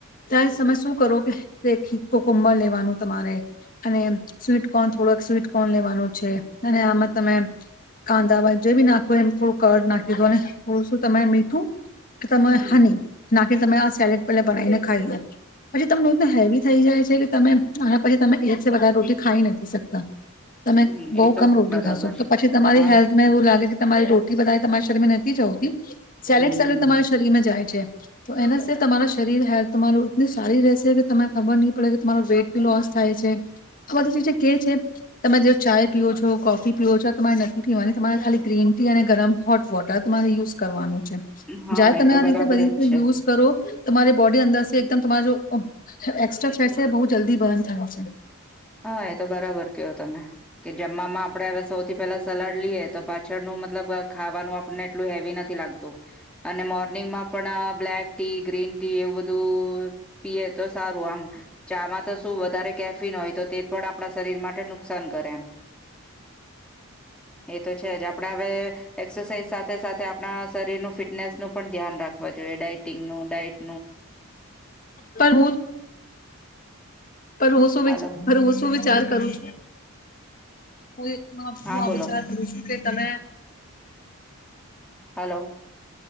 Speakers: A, on the left; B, in the centre.
A: તાય સમય શું શ કરો કે રે ખી કોકભ લેવાનું તમારે‌ અને સ્વીટકોર્ન થોડોક સ્વીિટકોર્ન લેવાનું છે અને આમાં તમે કાંદાવા જે બી નાખોય એ થોડું કર નાખી દો અને થોડું શું તરે મીઠું કે તમ
B: હમ્મ,
A: હની નાટ તમે આ સેલેડ પેલા બનાવી ને ખાઈ લો પછી તમને એનું હેવી થઈ જાય છે કે તમે આના પછી તમે એક વધારે રોટી ખાઈ નથી શકતા તમે
B: હમ્મ,
A: બહુ
B: એ તો
A: કમ રોટી
B: બરાબર.
A: ખશો તો પછી તમારી
B: હા,
A: હેલ્થમાં એવું લાગે તમારી રોટલી બધા તમારા શરીર નથી જ હોતી સેલેડ
B: હમ્મ,
A: સેલેડ તમારા શરીર માં જાય છે તો એના તમા શરીર હેલ્થ તમારુ સારી રહેશે કે તમને ખબર નહી પડે કે તમારો વેઇટ બી લોસ થાય છે આ બધી કે છે તમે જો ચાય પીઓ છો કોફી પી છો તમારે નથી પીવાની તમારે ખાલી ગ્રીન ટી અને ગરમ હોટ વોટર તમારે યુઝ કરવાનું
B: હા,
A: જાય
B: એ
A: તમે
B: તો
A: આ
B: બરાબર
A: રીતે બધી
B: જ
A: રીતે
B: છે.
A: યુઝ કરો તમારી બોડી અંદર એકદમ તમા જો ઓ એક્સ્ટ્રા ફેર છે બહુ જલ્દી બર્ન થાય છે.
B: હા એ તો બરાબર કેયો તમે કે જમવામાં આપણે હવે સૌથી પેલા સલાડ લઈએ તો પાછળનું મતલબ ખાવાનું આપને એટલું હેવી નથી લાગતું અને મોર્નિંગમાં પણ બ્લેક ટી ગ્રીન ટી એવુ ધુ પીએ તો સારું આમ ચામાં તો શું વધારે કેફિન હોય તે પણ આપણા શરીર માટે નુ નુસાન કરે એમ એ તો છે જ આપણા હવે એક્સરસાઇઝ સાથે સાથે આપણા શરીરનું ફિટનેસનું પણ ધ્યાન રાખવા જોઈએ ડાયટિંગનું ડાઇટ
A: પર હુ હમ પર હુ સુ
B: હાલો
A: વિ પર હુ સુ વિચાર કરું છું હું
B: હા
A: હું આ
B: બોલો
A: વિચાર કરું છું કે તમે
B: હાલો